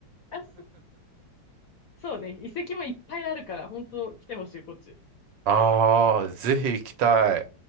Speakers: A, on the left; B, on the right.
A: あ、そそうね。遺跡もいっぱいあるから、本当来てほしい、こっち。
B: ああ、ぜひ行きたい。